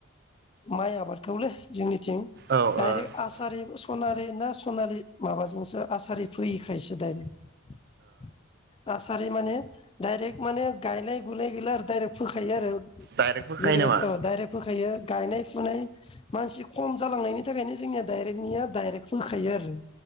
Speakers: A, on the left; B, on the right.
A: माइ आबादखौलै जोंनि थिं
B: औ ओ
A: डायरेक
B: ओ
A: सारि सनारे ना सनालि माबाजोंसो आसारि फोयोखायसो डाइरेक्ट आसारि माने डायरेक्ट माने गायलाय गुलाय गैला आरो डाइरेक्ट फोखायो आरो।
B: डाइरेक्ट फोखायो
A: जेरैबायसो
B: नामा
A: डाइरेक फोखायो। गायनाय फुनाय मानसि खम जालांनायनि थाखायनो जोंनिया डाइरेक्टनिया डाइरेक्ट फोखायो आरो।